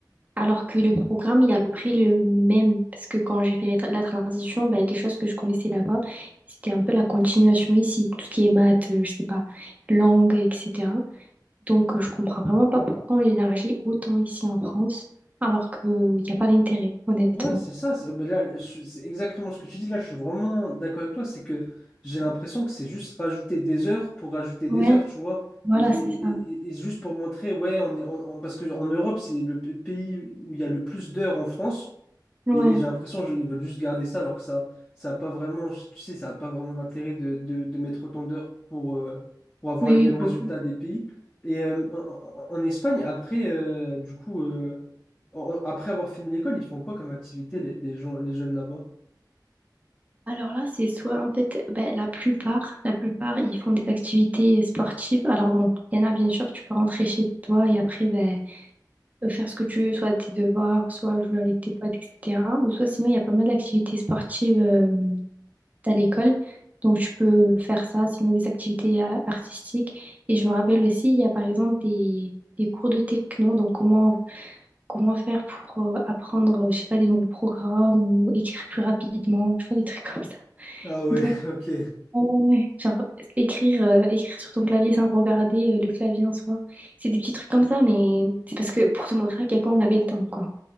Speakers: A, on the right; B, on the left.
A: Alors que le programme, il est à peu près le même. Parce que quand j'ai fait la, tra- la transition, ben, les choses que je connaissais là-bas, c'était un peu la continuation ici. Tout ce qui est maths, euh, je sais pas, langue, etc. Donc, euh, je comprends vraiment pas pourquoi on l'élargit autant ici en France, alors qu'il n'y a pas d'intérêt, honnêtement.
B: Ouais, c'est ça. C'est mais là, je- c'est exactement ce que tu dis. Là, je suis vraiment d'accord avec toi. C'est que j'ai l'impression que c'est juste rajouter des heures pour rajouter
A: Ouais,
B: des heures, tu vois.
A: voilà,
B: Et, et-
A: c'est
B: et-
A: ça.
B: et- et juste pour montrer, ouais, on est, on- on- parce qu'en Europe, c'est le p- pays où il y a le plus d'heures en France.
A: Ouais.
B: Et, et j'ai l'impression qu'ils veulent juste garder ça alors que ça ça a pas vraiment tu sais ça a pas vraiment d'intérêt de, de, de mettre autant d'heures pour euh, pour avoir
A: Oui,
B: les mêmes
A: oui,
B: résultats
A: pour...
B: des pays. Et euh, en, en- en Espagne après euh, du coup euh, en- en- après avoir fini l'école ils font quoi comme activité les, les gens les jeunes là-bas?
A: Alors là, c'est soit, en fait, ben, la plupart, la plupart, ils font des activités euh, sportives. Alors bon, il y en a, bien sûr, tu peux rentrer chez toi et après, ben, euh, faire ce que tu veux, soit tes devoirs, soit jouer avec tes potes, etc. Ou soit sinon, il y a pas mal d'activités sportives euh, à l'école. Donc, tu peux faire ça, sinon des activités euh, artistiques. Et je me rappelle aussi, il y a par exemple des, des cours de techno. Donc, comment, comment faire pour euh, apprendre, euh, je sais pas, des nouveaux programmes ou écrire plus rapidement, tu vois, des trucs comme ça.
B: Ah
A: <laughs>
B: ouais
A: Donc,
B: <laughs> ok
A: ouais, genre, écrire, euh, écrire sur ton clavier sans regarder euh, le clavier en soi. C'est des petits trucs comme ça, mais c'est parce que pour te montrer à quel point on avait le temps, quoi.